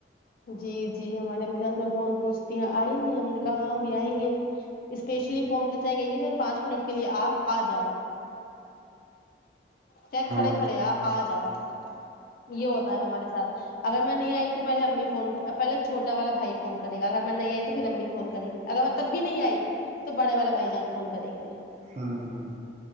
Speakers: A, on the left; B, on the right.
A: جی جی ہمارے اانس فون پوچھتی ہیں آئی نہیں ہم نے کہاں اب آئیں گے اسپیشلی فون کہیں گے پانچ منٹ کے لیے آ آ جا ج کیا
B: ہاں
A: کڑے کھڑے آ آ جا یہ ہوتا ہے ہمارے ساتھ اگر میں نہیں آئی تو پہلے امی فون پہلے چھوٹا والا بھائی فون کرے گا اگر میں نہیں آئی تو پھر امی فون کریں گی اگر میں تب بھی نہیں آئی تو بڑے والا بھائی جان فون کریں گے
B: ہاں ہاں